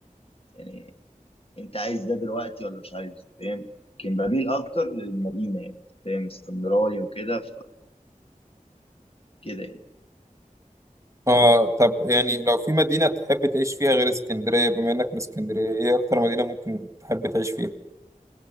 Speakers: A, on the left (about 40°); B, on the right (about 20°).
A: يعني انت عايز ده دلوقتي ولا مش عايز فاهم لكن بميل اكتر للمدينه يعني فاهم اسكندراني وكده فكده يعني
B: اه طب يعني لو في مدينة تحب تعيش فيها غير اسكندرية بما انك من اسكندرية ايه اكتر مدينة ممكن تحب تعيش فيها